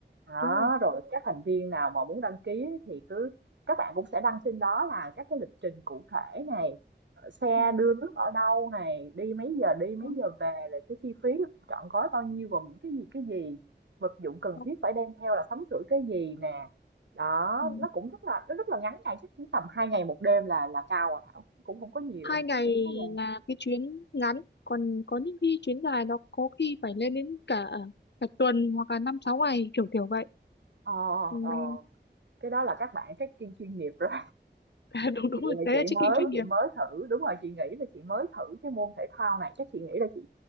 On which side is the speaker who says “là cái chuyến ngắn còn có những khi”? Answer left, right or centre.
Left